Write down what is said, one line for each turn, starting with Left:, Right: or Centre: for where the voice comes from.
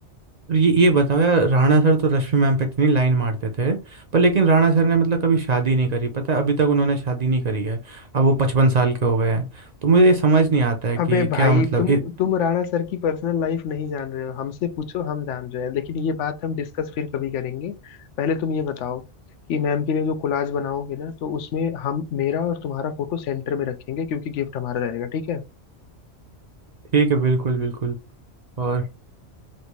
Right: और ये ये बताओ यार राणा सर तो रश्मि मैम पे इतनी लाइन मारते थे पर लेकिन राणा सर ने मतलब कभी शादी नहीं करी पता है अभी तक उन्होंने शादी नहीं करी है अब वो पचपन साल के हो गए हैं तो मुझे ये समझ नहीं आता है कि
Left: अबे भाई
Right: क्या मतलब
Left: तुम
Right: ये-
Left: तुम राणा सर की पर्सनल लाइफ नहीं जान रहे हो हमसे पूछो हम जान रहे हैं लेकिन ये बात हम डिस्कस फिर कभी करेंगे पहले तुम ये बताओ कि मैम के लिए जो कोलाज बनाओगे ना तो उसमें हम मेरा और तुम्हारा फोटो सेंटर में रखेंगे क्योंकि गिफ्ट हमारा रहेगा ठीक है
Right: ठीक है बिल्कुल बिल्कुल और